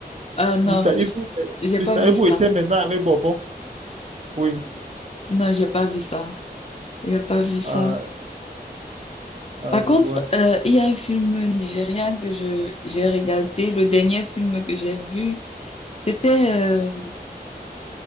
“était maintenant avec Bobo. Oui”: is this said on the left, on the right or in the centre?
Right